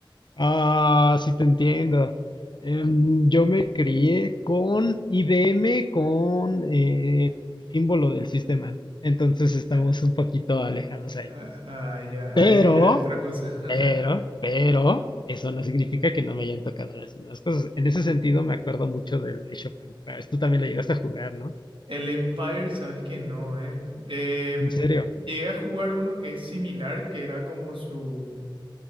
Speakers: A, on the left; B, on the right.
A: Ah, sí te entiendo. Em, yo me crié con IBM con eh, símbolo del sistema. Entonces estamos
B: <laughs>
A: un poquito alejados ahí.
B: Ah, ah, ya,
A: Pero,
B: ahí ya es otra cosa. <laughs>
A: pero, pero, eso no significa que no me hayan tocado las mismas cosas. En ese sentido, me acuerdo mucho del Age of Empires. Tú también lo llegaste a jugar, ¿no?
B: El Empire, sabes que no, ¿eh? Em,
A: En serio.
B: llegué a jugar uno que es similar, que era como su...